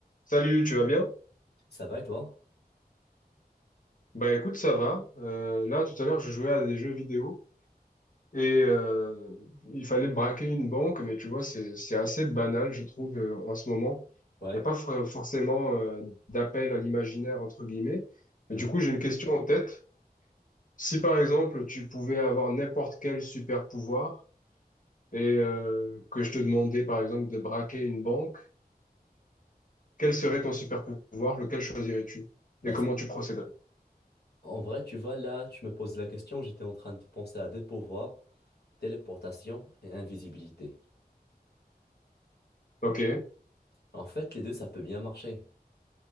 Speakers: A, on the left (about 55°); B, on the left (about 85°).
A: Salut, tu vas bien?
B: Ça va et toi?
A: Bah écoute, ça va. Euh, là, tout à l'heure, je jouais à des jeux vidéo et euh, il fallait braquer une banque, mais tu vois, c'est c'est assez banal, je trouve, euh, en ce moment.
B: Ouais.
A: Il n'y a pas for- forcément euh, d'appel à l'imaginaire, entre guillemets. Mais
B: Mhm.
A: du coup, j'ai une question en tête. Si par exemple, tu pouvais avoir n'importe quel super pouvoir et euh, que je te demandais, par exemple, de braquer une banque, quel serait ton super pouvoir? Lequel choisirais-tu?
B: Bah,
A: Et comment
B: c-
A: tu procéderais?
B: en vrai, tu vois, là, tu me poses la question, j'étais en train de penser à deux pouvoirs, téléportation et invisibilité.
A: Ok.
B: En fait, les deux, ça peut bien marcher.